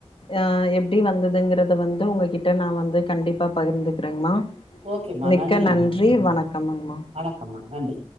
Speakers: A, on the left; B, on the right.
A: அ எப்டி வந்துதுங்கிறத வந்து உங்ககிட்ட நா வந்து கண்டிப்பா பகிர்ந்துகிறேங்மா
B: ஓகேமா
A: மிக்க
B: நன்றிமா
A: நன்றி வணக்கம் அம்மா
B: வணக்கம்மா நன்றி